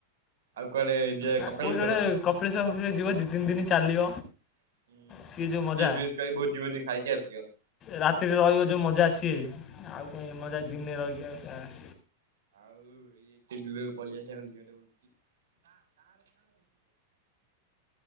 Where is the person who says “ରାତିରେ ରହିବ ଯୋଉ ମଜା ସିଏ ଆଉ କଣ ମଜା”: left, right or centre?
Left